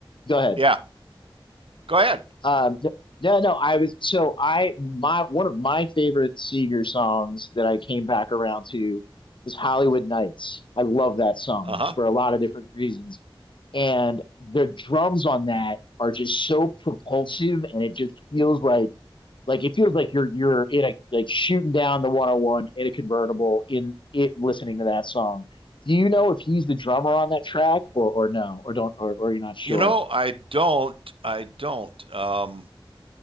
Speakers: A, on the left (about 65°); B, on the right (about 80°).
A: go ahead.
B: yeah. Go ahead.
A: Um, no, no, no, I was so I my one of my favorite Seeger songs that I came back around to was Hollywood Nights. I love that song
B: Uh huh.
A: for a lot of different reasons. and the drums on that are just so propulsive and it just feels like like it feels like you're you're in a like shooting down the 101 in a convertible in it listening to that song do you know if he's the drummer on that track or or no or don't or, or you're not sure
B: You know, I don't. I don't. Um,